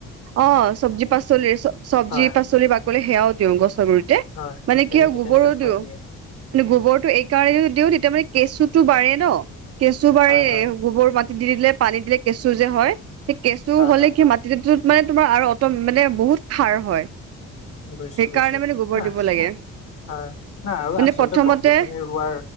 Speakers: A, on the right; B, on the left.
A: অ চবজি পাচলিৰ চবজি
B: হয়
A: পাচলি বাকলি সেয়াও দিওঁ গছৰ গুৰিতে।
B: হয়
A: মানে
B: তেনেকে
A: কি হয় গোবৰো
B: তেনেকে থৈ
A: দিওঁ।
B: দিয়ে
A: লি গোবৰটো এই কাৰণেই দিওঁ তেতিয়া মানে কেঁচুটো বাঢ়ে ন কেঁচু বাঢ়ে
B: হয় হয়
A: গোবৰ মাটি দি দিলে পানী দিলে কেঁচু যে হয় সেই কেঁচু
B: হয়
A: হ'লে
B: হয়
A: কি মাটিটে টোত মানে তোমাৰ আৰু অট মানে বহুত সাৰ হয়
B: বুজিছো
A: সেইকাৰণে
B: বুজিছো
A: মানে গোবৰ
B: না
A: দিব লাগে
B: হয় না আৰু
A: মানে
B: আচলতে
A: প্ৰথমতে
B: গছ-গছনি ৰোৱাৰ